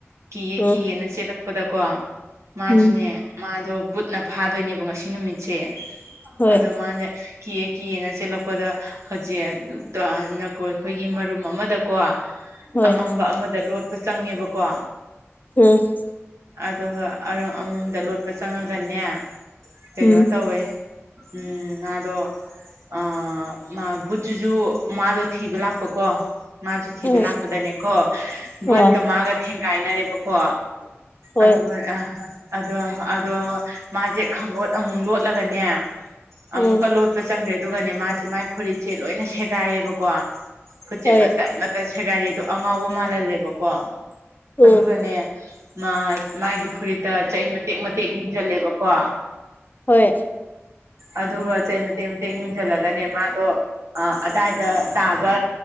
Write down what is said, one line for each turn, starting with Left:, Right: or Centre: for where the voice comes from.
Right: ꯀꯤꯌꯦ
Left: ꯎꯝ
Right: ꯀꯤꯌꯦꯅ ꯆꯦꯜꯂꯛꯄꯗꯀꯣ ꯃꯥꯖꯨꯅꯦ
Left: ꯎꯝ
Right: ꯃꯥꯗꯣ ꯕꯨꯠꯅ ꯐꯥꯗꯣꯏꯅꯦꯕ ꯉꯁꯤ ꯅꯨꯃꯤꯠꯁꯦ
Left: ꯍꯣꯏ
Right: ꯑꯗꯣ ꯃꯥꯅꯦ ꯀꯤꯌꯦ ꯀꯤꯌꯦꯅ ꯆꯦꯜꯂꯛꯄꯗ ꯍꯧꯖꯤꯛ <unintelligible> ꯅꯀꯣꯏ ꯈꯣꯏꯒꯤ ꯃꯔꯨꯝ ꯑꯃꯗ ꯀꯣ
Left: ꯍꯣꯏ
Right: ꯑꯃꯝꯕ ꯑꯃꯗ ꯂꯣꯠꯄ ꯆꯪꯉꯦꯕꯀꯣ
Left: <unintelligible>
Right: ꯑꯗꯨꯒ ꯑꯔꯥ <unintelligible> ꯂꯣꯠꯄ ꯆꯪꯉꯒꯅꯦ ꯀꯩꯅꯣ
Left: ꯎꯝ
Right: ꯇꯧꯋꯦ ꯎꯝ ꯉꯥꯗꯣ ꯑꯥ ꯃꯥ ꯕꯨꯠꯖꯤꯖꯨ ꯃꯥꯗꯣ ꯊꯤꯕ ꯂꯥꯛꯄꯀꯣ ꯃꯥꯁꯨ ꯊꯤꯕ
Left: ꯍꯣꯏ
Right: ꯂꯥꯛꯄꯗꯅꯦꯀꯣ
Left: ꯑ
Right: ꯕꯣꯠꯀ ꯃꯥꯒ ꯊꯦꯡꯒꯥꯏꯅꯔꯦꯕꯀꯣ
Left: ꯍꯣꯏ
Right: ꯑꯗꯨꯒꯅꯦ ꯑꯍꯥ ꯑꯗꯣ ꯃꯥ ꯑꯗꯣ ꯃꯥꯖꯦ ꯈꯪꯂꯣꯠ ꯑꯃꯨꯛ ꯂꯣꯠꯂꯒꯅꯦ
Left: ꯎꯝ
Right: ꯑꯃꯨꯛꯀ ꯂꯣꯠꯄ ꯆꯪꯈ꯭ꯔꯦ ꯑꯗꯨꯒꯅꯦ ꯃꯥꯁꯦ ꯃꯥꯏ ꯐꯨꯔꯤꯠꯁꯦ ꯂꯣꯏꯅ ꯁꯦꯒꯥꯏꯔꯦꯕꯀꯣ ꯈꯨꯠꯁꯦ
Left: ꯍꯣꯏ
Right: ꯃꯇꯠ ꯃꯇꯠ ꯁꯦꯒꯥꯏꯔꯦ ꯑꯗꯨ ꯑꯉꯥꯎꯕ ꯃꯥꯜꯍꯜꯂꯦꯕꯀꯣ
Left: ꯎꯝ
Right: ꯑꯗꯨꯒꯅꯦ ꯃꯥ ꯃꯥꯒꯤ ꯐꯨꯔꯤꯠꯇ ꯆꯩ ꯃꯇꯦꯛ ꯃꯇꯦꯛ ꯏꯪꯖꯜꯂꯦꯕꯀꯣ
Left: ꯍꯣꯏ
Right: ꯑꯗꯨꯒ ꯆꯩ ꯃꯇꯦꯛ ꯃꯇꯦꯛ ꯌꯨꯡꯖꯜꯂꯒꯅꯦ ꯃꯥꯗꯣ ꯑꯥ ꯑꯗꯥꯏꯗ ꯇꯥꯕ